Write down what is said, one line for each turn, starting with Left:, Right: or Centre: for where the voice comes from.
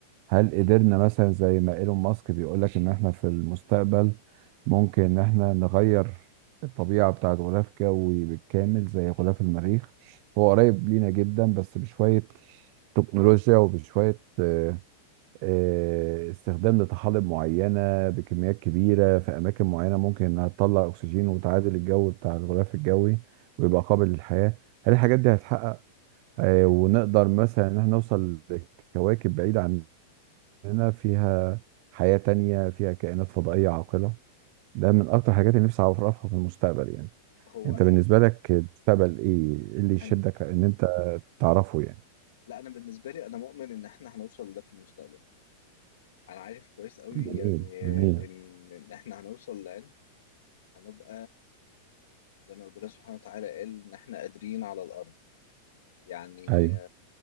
Right: هل قدرنا مثلا زي ما ايلون ماسك بيقولك ان احنا في المستقبل ممكن ان احنا نغير الطبيعة بتاعت غلاف جوي بالكامل زي غلاف المريخ هو قريب لينا جدا بس بشوية تكنولوجيا وبشوية آه، آه، استخدام لطحالب معينة بكميات كبيرة في أماكن معينة ممكن إنها تطلع أكسجين وتعادل الجو بتاع الغلاف الجوي ويبقى قابل للحياة هل الحاجات دي هتحقق آه، ونقدر مثلا إن احنا نوصل لكواكب بعيدة عننا فيها حياة تانية فيها كائنات فضائية عاقلة ده من أكتر الحاجات اللي نفسي أعرفها في المستقبل يعني
Left: هو
Right: أنت بالنسبة لك المستقبل إيه إيه اللي يشدك
Left: أن...
Right: إن أنت تعرفه يعني
Left: لا انا بالنسبه لي انا مؤمن ان احنا هنوصل لده في المستقبل انا عارف كويس قوي
Right: جميل
Left: يعني
Right: جميل
Left: ان ان احنا هنوصل لعلم هنبقى زي ما ربنا سبحانه وتعالى قال ان احنا قادرين على الارض يعني
Right: أيوه